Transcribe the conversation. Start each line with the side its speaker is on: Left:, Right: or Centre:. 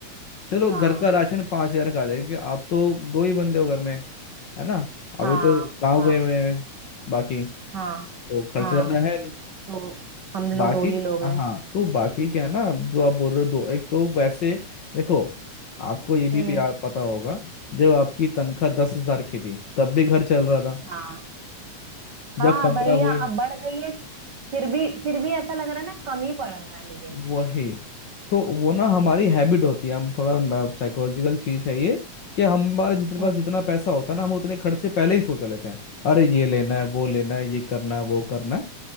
Left: चलो
Right: हाँ
Left: घर का राशन पाँच हजार का आ जाएगा क्योंकि आप तो दो ही बंदे हो घर में है ना अभी
Right: हाँ
Left: तो गाँव
Right: हाँ
Left: गए हुए हैं बाकी
Right: हाँ
Left: तो खर्चा
Right: हाँ
Left: ज्यादा है नहीं
Right: तो हम लोग
Left: बाकी
Right: दो ही लोग हैं
Left: हाँ तो बाकी क्या है ना जो आप बोल रहे हो दो एक तो वैसे देखो आपको ये भी
Right: हम्म
Left: याद पता होगा जब आपकी तनख्वाह दस हजार की थी तब भी घर चल रहा था
Right: हाँ
Left: जब
Right: हाँ
Left: पंद्रह
Right: वही ना
Left: हुए
Right: अब बढ़ गई है फिर भी फिर भी ऐसा लग रहा है ना कम ही पड़ रहा है मुझे
Left: वही तो वो ना हमारी हैबिट होती है हम थोड़ा साइकोलॉजिकल चीज है ये कि हमारे जितने पास
Right: हम्म,
Left: जितना पैसा होता है ना हम उतने खर्चे पहले ही सोच लेते हैं अरे ये लेना है वो लेना है ये करना है वो करना है